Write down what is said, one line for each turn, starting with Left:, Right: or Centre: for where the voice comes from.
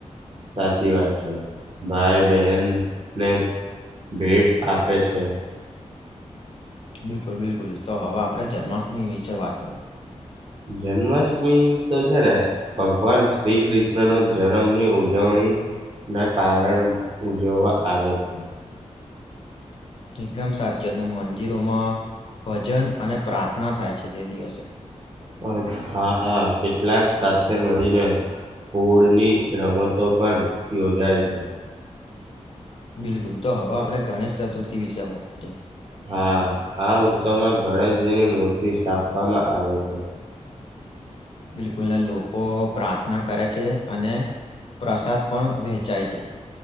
Right: સાચી વાત છે. ભાઈ બહેન ને ભેટ આપે છે.
Left: બિલકુલ બિલકુલ. તો હવે આપણે જન્માષ્ટમી વિશે વાત કરી.
Right: જન્માષ્ટમી તો છે ને, ભગવાન શ્રી કૃષ્ણનો જનમની ઉજવણી ના કારણ ઉજવવા આવે છે.
Left: એકદમ સાચી વાત ને મંદિરોમાં ભજન અને પ્રાર્થના થાય છે. તે દિવસે
Right: ભજ હા, કેટલાક સા મળીને ફોળની રમતો પણ યોજાય છે.
Left: બિલકુલ તો હવે આપણે ગણેશ ચતુર્થી વિશે વાત કરીએ
Right: હા આ ઉત્સવમાં ગણેશજી ની મૂર્તિ સ્થાપવામાં આવે છે.
Left: બિલકુલને લોકો પ્રાર્થના કરે છે અને પ્રસાદ પણ વહેંચાય છે.